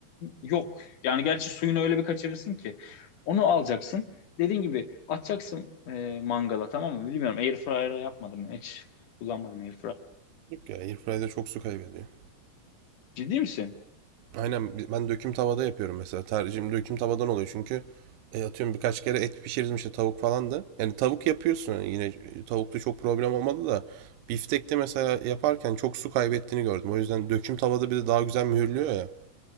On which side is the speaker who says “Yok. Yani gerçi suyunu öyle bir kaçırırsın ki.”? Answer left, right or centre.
Left